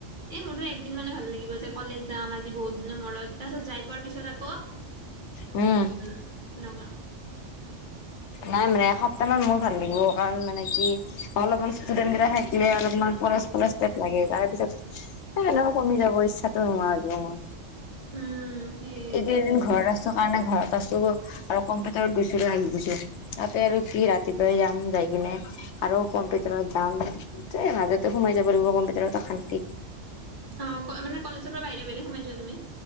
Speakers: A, on the right; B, on the left.
A: এ মোৰতো একদিন মানে ভাল লাগিব যে কলেজ যাম আজি বহু দিনৰ মূৰত তাৰ পিছত যাই পোৱাৰ পিছত আ
B: উম,
A: তেনেকুৱা
B: নাই মানে এসপ্তাহ মান মোৰ ভাল লাগিব কাৰণ মানে কি অলপমান ষ্টুডেন্ট কেটা থাকিলে অলপমান প পুৰা ষ্ট্ৰেইট লাগে তাৰ পিছত এনেকা কমি যাব ইচ্ছাতো নোহোৱা হৈ যাব মোৰ।
A: উম, সেইটো
B: এই তিনিদিন ঘৰত আছোঁ কাৰণে ঘৰত আছোঁ। আৰু কম্পিউটাৰত গৈছিলোঁ আহি গৈছো তাতে আৰু কি ৰাতিপুৱাই যাম যাই কিনে আৰু কম্পিউটাৰত যাম মাজতে সোমাই যাব লাগিব কম্পিউটাৰত অ - শান্তি।
A: অ, মানে কলেজৰ পৰা বাহিৰে- বাহিৰে সোমাই যোৱা তুমি?